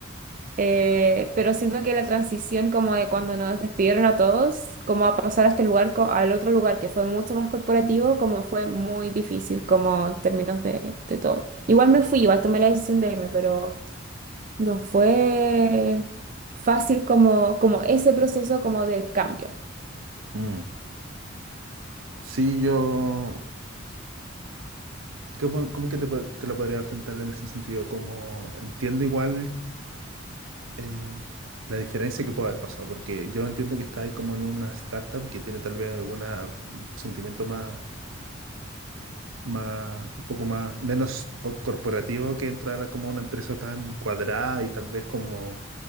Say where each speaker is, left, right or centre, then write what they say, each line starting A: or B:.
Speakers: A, on the right; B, on the right.
A: eh, pero siento que la transición como de cuando nos despidieron a todos, como a pasar a este lugar, co- al otro lugar que fue mucho más corporativo, como fue muy difícil como en términos de, de todo. Igual me fui, igual tomé la decisión de irme, pero no fue fácil como, como ese proceso como del cambio.
B: Mm. Sí, yo... ¿Cómo, cómo que te, po- te lo podría enfrentar en ese sentido? Como entiendo igual eh, la diferencia que puede haber pasado, porque yo entiendo que está ahí como en una startup que tiene tal vez algún sentimiento más más, un poco más, menos o- corporativo que entrar a como una empresa tan cuadrada y tal vez como